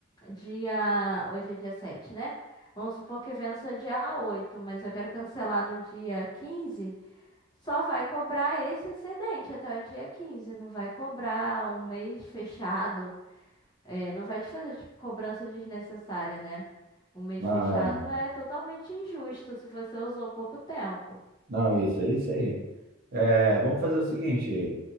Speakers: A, on the left; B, on the right.
A: dia. Hoje é dia 7, né? Vamos supor que vença dia 8, mas eu quero cancelar no dia 15. Só vai cobrar esse excedente até o dia 15, Não vai cobrar um mês fechado. É, não vai te fazer de- cobrança desnecessária, né? Um mês
B: Ah,
A: fechado é totalmente injusto se você usou pouco tempo.
B: não, isso, é isso aí. É, vamos fazer o seguinte,